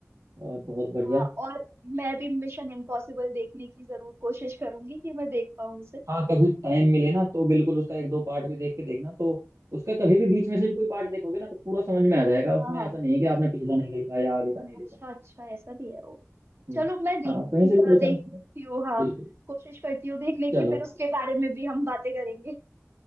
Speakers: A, on the right; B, on the right.
A: और बहुत बढ़िया
B: हाँ और मैं भी मिशन इम्पॉसिबल देखने की जरूर कोशिश करूंगी कि मैं देख पाऊँ उसे
A: हाँ कभी टाइम मिले ना तो बिल्कुल उसका एक दो पार्ट भी देख के देखना तो उसका कभी भी बीच में से भी कोई पार्ट देखोगे ना तो पूरा समझ में आ जाएगा उसमें
B: हाँ हाँ
A: ऐसा नहीं है कि आपने पिछला नहीं देखा या आगे का नहीं
B: अच्छा
A: देखा
B: अच्छा ऐसा भी है वो
A: हम्म
B: चलो मैं देख
A: हाँ कहीं से भी कोई
B: अ, देखती
A: समझ
B: हूँ हाँ
A: बिल्कुल
B: कोशिश करती हूँ देखने
A: चलो
B: की फिर उसके बारे में भी हम बातें करेंगे